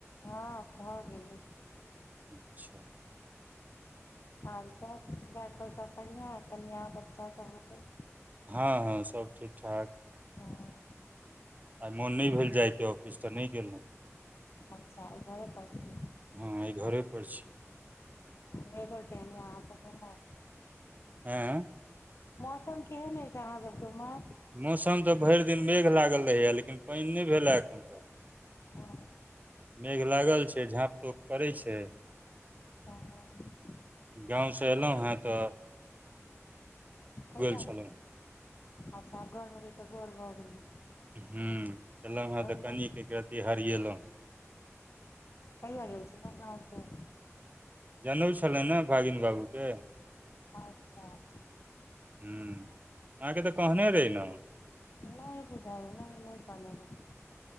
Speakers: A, on the left; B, on the right.
A: हँ भऽ गेलय।
B: अच्छा।
A: और सभ घरपर सभ बढ़िआँ कनिआ बच्चासभ गोटे।
B: हँ- हँ सब ठीक- ठाक।
A: हं
B: आइ मोन नै भेल जाय के औ फिस त नै गेलौ
A: अच्छा घरे पर छी
B: आय घरे पर छी।
A: वेदर केहेन ये अहाँ सबके उम्हर।
B: एँ।
A: मौसम केहन अइछ अहाँ सबके उम्हर।
B: मौसम त भइर दिन मेघ लागल रहैए लेकिन पाइन नै भेल ए एखन तक।
A: हँ।
B: मेघ लागल छैय झाँप तोप करै छैय।
A: हँ।
B: गाँवसँ एलौं हँ त।
A: कहिया
B: छलहुँ
A: अच्छा आब घरमे रैहके बोर भ गेलै।
B: हूँ एलौं हँ त
A: लए
B: कनिक एक रती हरिएलौं।
A: कहिय गेल छलौ गांम से।
B: जनउ छले ने भागिन बाबूके।
A: अच्छा- अच्छा।
B: ह अहाँके त कहने रही ने।
A: नहि बुझाय नै -नै कहने रही।